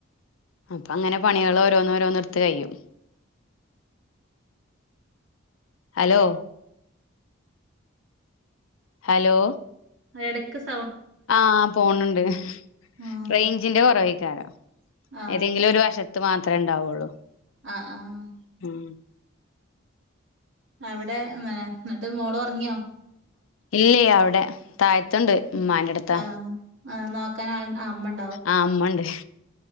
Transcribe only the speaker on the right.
എടക്ക്സ്
ആഹ്
ആഹ്
അഹ് ആഹ്
അവിടെന്നെ ന്നെട്ട് മോളൊർങ്ങിയോ
ആഹ് ആഹ് നോക്കാനാൾ ആഹ് മ്മൻ